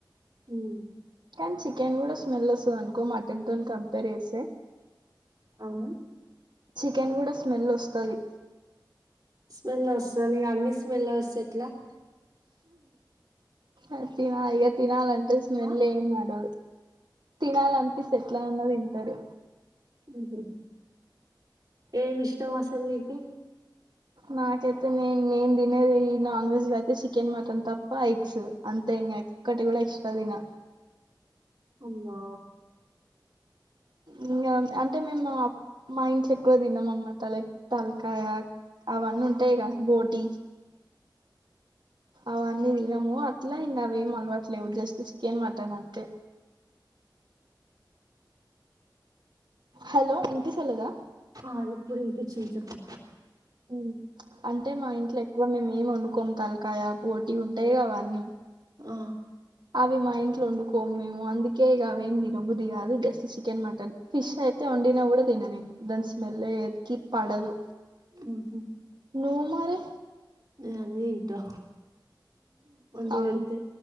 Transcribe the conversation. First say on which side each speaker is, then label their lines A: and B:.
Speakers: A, on the right; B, on the right.
A: ఉమ్
B: కానీ చికెన్ కూడా స్మెలోస్తుంది అనుకో మట టన్ తోని కంపేర్ చేస్తే
A: అవును
B: చికెన్ కూడా స్మెల్ వస్తది
A: స్మెల్ వస్తుంది అన్ని స్మెల్ వస్తా ఎట్లా
B: అది తిన ఇగ తినాలా అంత స్మెల్
A: ఆ
B: ఏం రాదు తినాలి అనిపిస్తంది ఎట్లానున్నా తింటాడు
A: ఉమ్ హు ఏమి ఇష్టం అసలు నీకు
B: నాకైతే నేను నేను తినేది ఈ నాన్ వెజ్ లో అయితే చికెన్ మటన్ తప్ప ఎగ్స్ అంతే ఇంకా ఓక్కటి కూడా ఎక్స్ట్రా తిన
A: అమ్మా
B: ఇంగా అంటే మేము మా ఇంట్లో ఎక్కువ తిన్నాం అనమాట లైక్ తలకాయ అవన్నీ ఉంటాయి క బోటి అవన్నీ తినము అట్లా ఇంగా అవ ఏం అలవట్లేవు జస్ట్ చికెన్ మటన్ అంతే హలో ఇనిపిస్తలేదా
A: ఆ ఇప్పుడు ఇనిపించింది చెప్పు
B: ఉమ్ అంటే మా ఇంట్లో ఎక్కువ మేము ఏం వండుకోము తలకాయ బోటీ ఉంటాయి గా అవన్నీ
A: ఆ
B: అవి మా ఇంట్లో వండుకోము మేము అందుకే ఇక అవి ఏం తినబుద్ది కాదు జస్ట్ చికెన్ మటన్ ఫిష్ అయితే వండినా కూడా తిన నేను దాని స్మెల్ ఎకి పడదు
A: ఉమ్ హు
B: నువ్వు మరి
A: నేను అన్ని తిన్ టా వండి
B: అవును
A: పేడుతే